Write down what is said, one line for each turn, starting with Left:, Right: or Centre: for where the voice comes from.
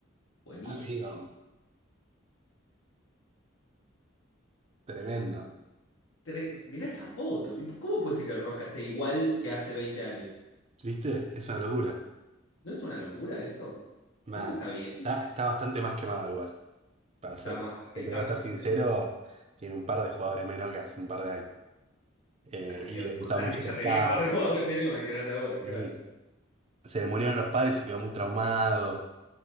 Left: Buenísimo.
Right: Amigo, tremendo.
Left: Tre- Mirá esa foto. ¿Y cómo puede ser que el Rosca esté igual que hace 20 años?
Right: ¿Viste? Es una locura.
Left: ¿No es una locura eso?
Right: Mal.
Left: Eso está bien.
Right: Está, está bastante más quemado igual. Para
Left: Está
Right: ser,
Left: más baqueta.
Right: te tengo que ser sincero,
Left: ¿sí?
Right: tiene un par de jugadores menos que hace un par de años. eh,
Left: <laughs>
Right: y
Left: Ya, hace
Right: le
Left: un
Right: gustaba
Left: par de
Right: mucho
Left: años
Right: el
Left: <laughs> ya
Right: ska.
Left: tenía un par de jugadores menos, imagínate ahora,
Right: eh,
Left: claro.
Right: Se le murieron los padres y quedó muy traumado.